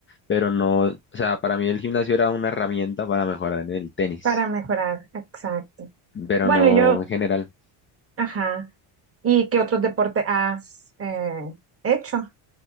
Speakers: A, on the left (about 25°); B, on the right (about 30°).
A: pero no, o sea, para mí el gimnasio era una herramienta para mejorar en el tenis,
B: Para mejorar, exacto.
A: pero
B: Bueno,
A: no
B: yo,
A: en general.
B: ajá. ¿Y qué otros deportes has eh, hecho?